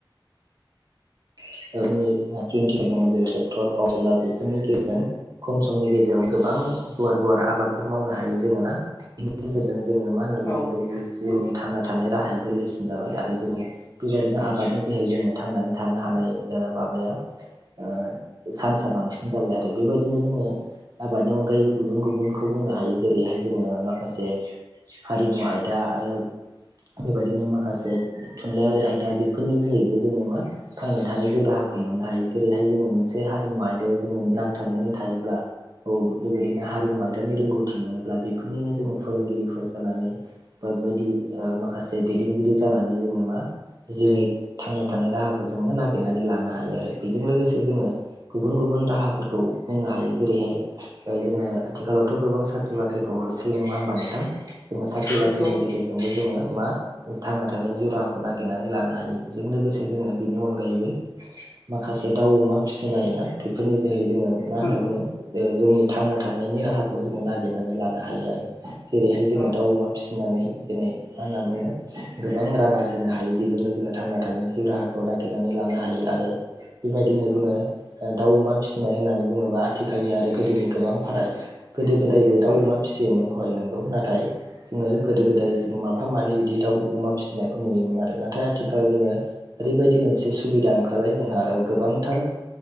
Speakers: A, on the right; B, on the left.
A: <unintelligible> दङ जेरै ट्रेक्टर, पावारटेलार, बेफोरनि गेजेरजों खम समनि गेजेराव गोबां गुवार-गुवार आबादफोर मावनो हायो जोङो ना। बिनि गेजेरजों जोङो मा होनना बुङो
B: औ
A: जोंनि जिउनि थांना थानाय राहाया गोरलैसिन जाबाय आरो जोङो बेबायदिनो आबादनि जोहै जोङो थांनानै थानो हानाय माबाया ओ चान्सआ बांसिन जाबाय आरो बेबायदिनो जोङो। आबादनि अनगायैबो गुबुन-गुबुनखौ बुंनो हायो जेरैहाय जोङो माखासे हारिमु आयदा आरो बेबायदिनो माखासे थुनलाइयारि आयदा बेफोरनि जोहैबो जोङो मा थांनानै थानाय जिउ राहाखौ मोननो हायो। जेरैहाय जोङो मोनसे हारिमु आयदायाव जोङो नांथाबनानै थायोब्ला औ बेबायदिनो हारिमु आयदानि रोंगौथि मोनोब्ला बेफोरनिनो जोङो फोरोंगिरिफोर जानानै- बा बेबायदि ओ माखासे दैदेनगिरि जानानै जोङो मा जिउनि थांना थानाय राहाखौ जोङो नागिरनानै लानो हायो आरो। बेजों लोगोसे जोङो गुबुन-गुबुन राहाफोरखौ बुंनो हायो जेरैहाय जोङो आथिखालावथ' गोबां साख्रि बाख्रिखौ होसोयो नङा होमबा नोंथां? जोङो साख्रि बाख्रिनि
B: नंगौ
A: गेजेरजों जोङो मा थांना थानाय जिउ राहाखौ नागिरनानै लानो हायो। बेजों लोगोसे जोङो बेनि अनगायैबो माखासे दाउ, अमा फिसिनाय ना बेफोरनि जोहै जोङो
B: औ
A: मा
B: नंगौ
A: होनना बुङो जोंनि थांना थानायनि राहाखौ जोङो नागिरनानै लानो हायो आरो। जेरैहाय जोङो
B: औ
A: दाउ, अमा फिसिनानै दिनै मा होनना बुङो गोबां रां आरजिनो हायो। बेजोंनो जोङो थांना थानायनि जिउ राहाखौ नागेरनानै लानो हायो। आरो बेबायदिनो
B: औ
A: जोङो दाव, अमा फिसिनाय होननानै बुङोब्ला आथिखालनि आरो गोदोनि गोबां फाराग गोदो गोदायबो दाव,
B: नंगौ
A: अमा फिसियोमोन, हय नंगौ नाथाय जोङो गोदो-गोदाय जोङो माफा मानै बिदि दाव, अमा फिसिनायखौ नुयोमोन आरो नाथाय आथिखाल जोङो ओरैबायदि मोनसे सुबिदा ओंखारबाय जोंहा गोबांथार